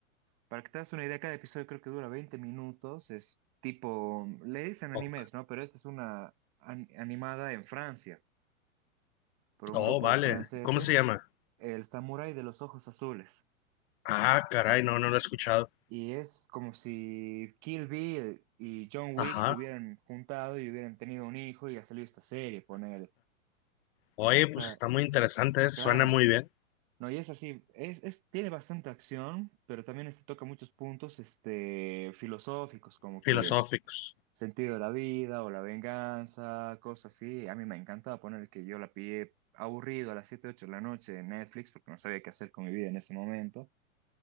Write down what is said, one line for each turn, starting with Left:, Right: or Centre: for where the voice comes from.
Right: Para que te das una idea, cada episodio creo que dura 20 minutos. Es tipo, le dicen animes,
Left: oh,
Right: ¿no? Pero esta es una an- animada en Francia, por un
Left: oh,
Right: grupo
Left: vale,
Right: de franceses,
Left: ¿cómo se llama?
Right: El Samurái de los Ojos Azules.
Left: Ah, caray, no, no lo he escuchado.
Right: Y es como si Kill Bill y John Wick
Left: Ajá,
Right: se hubieran juntado y hubieran tenido un hijo y ha salido esta serie, ponele. O
Left: oye, pues
Right: sea,
Left: está muy interesante, eso,
Right: claro.
Left: suena muy bien,
Right: No, y es así, es, es, tiene bastante acción, pero también este toca muchos puntos este, filosóficos, como
Left: filosóficos.
Right: que sentido de la vida o la venganza, cosas así. A mí me encantaba poner que yo la pillé aburrido a las 7 8 de la noche en Netflix porque no sabía qué hacer con mi vida en ese momento.